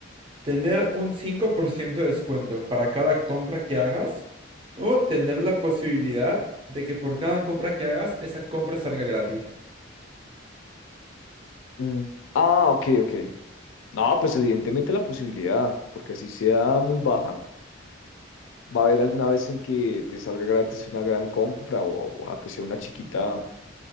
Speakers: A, on the right (about 25°); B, on the left (about 75°).
A: ¿Tener un 5% de descuento para cada compra que hagas? ¿O tener la posibilidad de que por cada compra que hagas, esa compra salga gratis?
B: Mm, Ah, ok, ok. No, pues evidentemente la posibilidad, porque así sea muy baja, va a haber alguna vez en que te salga gratis una gran compra o, o a que sea una chiquita